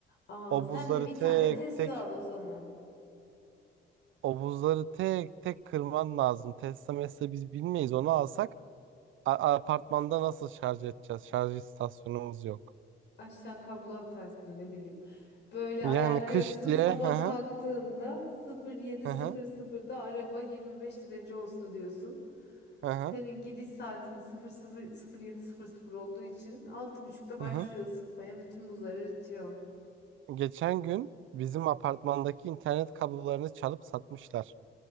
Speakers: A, on the left; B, on the right.
A: Aa,
B: O
A: sen
B: buzları
A: de bir
B: tek
A: tane Tesla
B: tek,
A: al o zaman.
B: o buzları tek tek kırman lazım. Tesla mesle biz bilmeyiz onu alsak A- apartmanda nasıl şarj edeceğiz? Şarj istasyonumuz yok.
A: aşağı kablo atarsın ne bileyim. Böyle
B: Yani
A: ayarlıyorsun.
B: kış diye
A: Sabah
B: hı hı
A: kalktığımda 07.00'da
B: hı hı
A: araba 25 derece olsun diyorsun.
B: hı hı.
A: Senin gidiş saatin sıfır sıfır sıfır sıfır yedi sıfır sıfır olduğu için altı buçukta başlıyor
B: hı hı.
A: ısıtmaya. Bütün buzlar eritiyor.
B: Geçen gün bizim apartmandaki internet kablolarını çalıp satmışlar